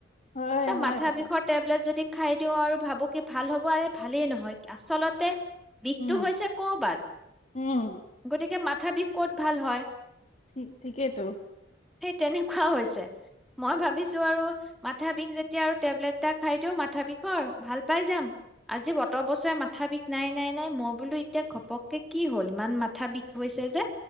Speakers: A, on the left (about 40°); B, in the centre.
A: হয়
B: এ
A: হয়
B: মাথা
A: হয়
B: বিষৰ টেবলেট যদি খাই দিও আৰু ভাবো কি ভাল হ'ব আৰুৰে ভালেই নহয় আচলতে বিষটো
A: উম
B: হৈছে কবাত
A: উম
B: গতিকে মাত তথাপি ক'ত ভাল হয়
A: ক্ ঠিকেইেতো
B: সেই তেনেকুৱাও হৈছে মই ভাবিছো আৰু মাথা বিষ যে এতিয়া আৰু টেবলেট এটা খাই দিও মাথা বিষৰ ভাল পাই যাম আজি বতৰ বছৰে মাথা বিষ নাই নাই নাই মই বোলো। এতিয়া ঘপককে কি হ'ল ইমান মাথা বিষ হৈছে। যে